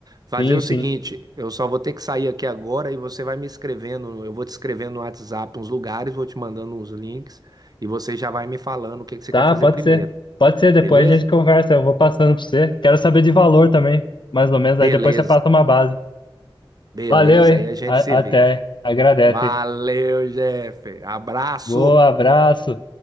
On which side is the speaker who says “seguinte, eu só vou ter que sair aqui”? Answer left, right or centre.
Right